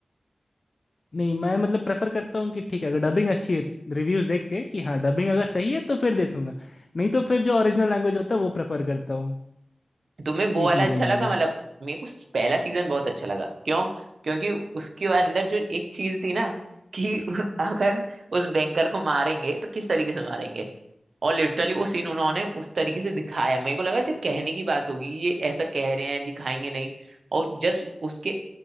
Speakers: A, on the left (about 55°); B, on the right (about 85°).
A: नहीं मैं मतलब प्रेफर करता हूँ कि ठीक है अगर डबिंग अच्छी है रिव्यूज देख के कि हाँ डबिंग अगर सही है तो फिर देखूंगा नहीं तो फिर जो ओरिजिनल लैंग्वेज होता है वो प्रेफर करता
B: तुम्हें वो
A: ये
B: वाला
A: चीज़
B: अच्छा
A: है मेरे
B: लगा
A: लिए
B: मतलब मेरे को पहला सीजन बहुत अच्छा लगा क्यों क्योंकि उसके अंदर जो एक चीज थी ना कि <laughs> अगर उस बैंकर को मारेंगे तो किस तरीके से मारेंगे और लिटरली वो सीन उन्होंने उस तरीके से दिखाया मेरे को लगा सिर्फ कहने की बात होगी ये ऐसा कह रहे हैं दिखाएंगे नहीं और जस्ट उसके